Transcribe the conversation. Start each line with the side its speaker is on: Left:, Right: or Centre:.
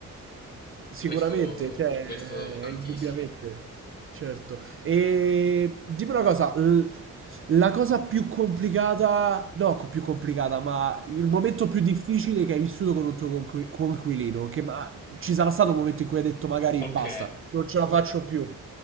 Right: Sicuramente,
Left: Questo,
Right: cioè, eh,
Left: questo tantissimo.
Right: indubbiamente, certo. E dimmi una cosa, l- la cosa più complicata, no, co- più complicata, ma il momento più difficile che hai vissuto con un tuo conqui- coinquilino, che ma ci sarà stato un momento in cui hai detto magari
Left: Ok,
Right: basta, non ce la faccio più.